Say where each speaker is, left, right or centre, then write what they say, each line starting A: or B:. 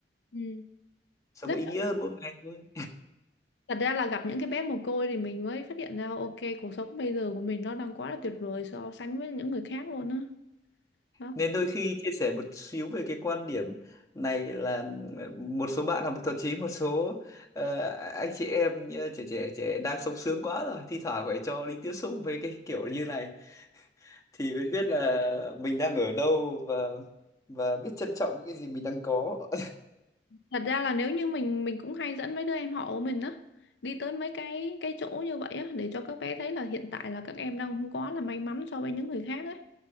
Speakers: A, on the left; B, on the left.
A: ừ.
B: sống
A: Rất
B: ý nghĩa hơn mỗi ngày thôi
A: Thật ra là gặp những cái bé mồ côi thì mình mới phát hiện ra ok cuộc sống bây giờ của mình nó đang quá là tuyệt vời so sánh với những người khác luôn á. Đó.
B: Nên đôi khi chia sẻ một xíu về cái quan điểm này là ờ, một số bạn học thậm chí một số ờ, anh chị em như trẻ trẻ trẻ đang sống sướng quá rồi thi thoảng phải cho đi tiếp xúc với cái kiểu như này thì mới biết là mình đang ở đâu và và biết trân trọng những cái gì mình đang có
A: Thật ra là nếu như mình mình cũng hay dẫn mấy đứa em họ của mình á đi tới mấy cái cái chỗ như vậy á để cho các bé thấy là hiện tại là các em đang không quá là may mắn so với những người khác ấy.